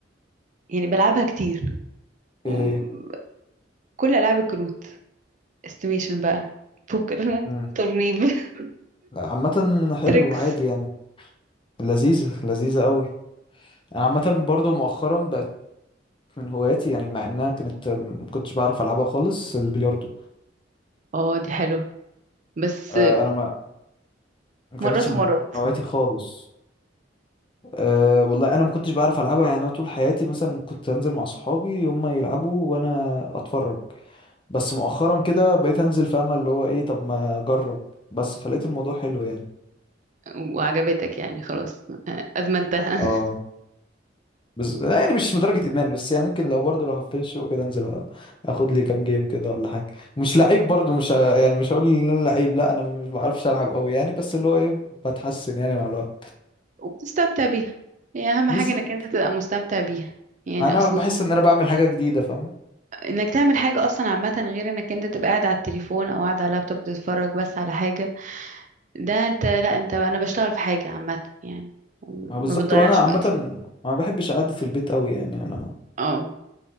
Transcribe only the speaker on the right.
يعني بلعبها كتير وكل
ألعاب الكروت استيميشن بقى بوكر
ترنيب <laughs>
تريكس
اه دي حلوة بس
مرات
ومرات
وعجبتك يعني خلاص أدمنتها
<laughs>
وبتستمتع بيها هي أهم
حاجة إنك أنت تبقى مستمتع بيها يعني
أصلي
إنك تعمل حاجة أصلا عامة غير إنك أنت تبقى قاعد على التليفون أو قاعد على اللابتوب بتتفرج بس على حاجة ده أنت لا أنت أنا بشتغل في حاجة عامة يعني
ما بتضيعش
وقتي
اه